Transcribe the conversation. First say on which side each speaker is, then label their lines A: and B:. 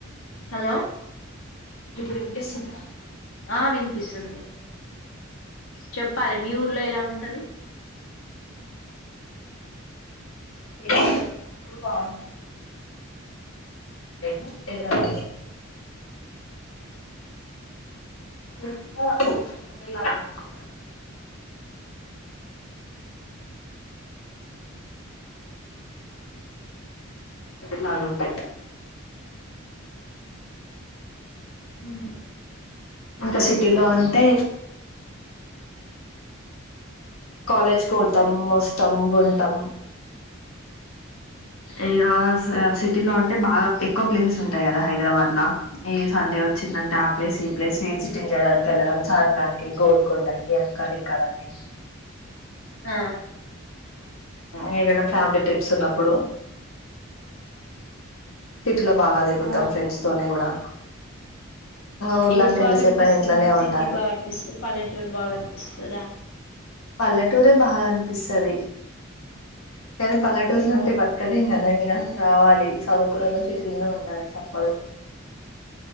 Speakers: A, on the left; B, on the left.
A: హలో
B: వినిపిస్తుందా
A: ఆ వినిపిస్తుంది చెప్పాలి మీ ఊర్లో ఎలా ఉంటది
B: చిన్నప్పుడు బాగుండే ఎదు రాటి ఒకటేలాగా ఉంటది కదా బాగుంటాయి
A: హ్మ్
B: ఇంకా సిటీలో అంటే కాలేజ్కి పోతాం వస్తాం బంటాం ఇ సిటీ లో అంటే బాగా ఎక్కువ ప్లేసెస్ ఉంటాయి కదా హైదరాబాద్ లో ఈ సండే వచ్చిందంటే ఆ ప్లేస్ ప్లేస్ విజిటి చేయడానికి వెళ్ళడం చార్మినార్కి గోల్కొండకి అక్కడ ఇక్కడన్ని
A: ఆ
B: ఆ దన్న ఫ్యామిలీ ట్రిప్స్ ఉన్నప్పుడు ఇట్ లో బాగా తిరుగుతాం
A: ఆ
B: ఫ్రెండ్స్ తోనే కూడా ఊర్లో
A: ఏది
B: అంటే
A: బాగా
B: ఎంతసేపు
A: అనిపిస్తుంది
B: అయినా ఇంట్లోనే
A: మీకు సిటీ
B: ఉండాలి
A: బాగా అనిపిస్తుంది పల్లెటూరు బాగా అనిపిస్తదా
B: పల్లెటూరే బాగనిపిస్తది కానీ పల్లెటూల్లో
A: ఆ
B: ఉంటే బతకలేం గదా ఇంకా రావాలి చదువు కోడలి చేతిలోనే ఉండాలి తప్పదు